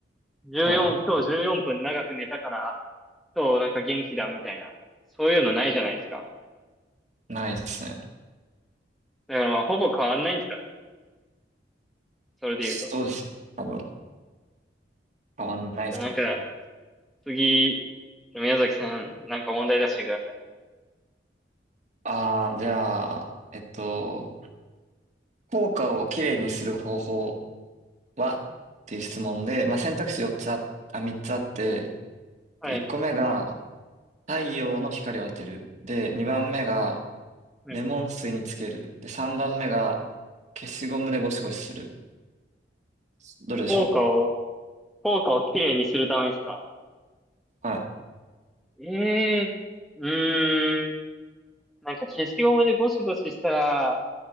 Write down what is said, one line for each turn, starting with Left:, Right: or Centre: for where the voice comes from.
Centre: 14、
Right: はい。
Centre: 今日14分長く寝たから、今日なんか元気だみたいな。そういうのないじゃないですか。
Right: ないですね。
Centre: だからまあほぼ変わんないんですか。それで言うと。
Right: そうですね。多分、変わんないですね。
Centre: じゃあなんか、次、宮崎さん、なんか問題出してください。
Right: ああ、じゃあ、えっと、効果をきれいにする方法はっていう質問で、まあ、選択肢4つあ、あ、3つあって、
Centre: はい。
Right: 1個目が太陽の光を当てる。で、2番目が
Centre: はい。
Right: レモン水につける。で、3番目が消しゴムでゴシゴシする。どれでしょ
Centre: 効果を、効果をきれいにするためですか。
Right: うはい。
Centre: ええー、うーん。なんか消しゴムでゴシゴシしたら、